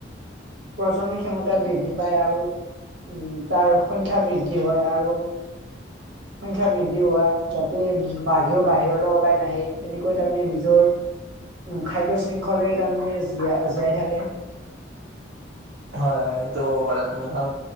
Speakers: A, on the right; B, on the right.
A: প্ৰজনন ক্ষমতা বৃদ্ধি পায় আৰু উম তাৰ সংখ্যা বৃদ্ধি হয় আৰু সংখ্যা বৃদ্ধি হোৱা যাতে বাহিৰৰেও বাহিৰলৈ ওলাই নাহে তেনেকৈ তাৰমানে নিজৰ উ খাদ্য শৃংখলে তাৰমানে জীয়াই জীয়াই থাকে।
B: হয় হয়। হ'ব পাৰা তুমিখন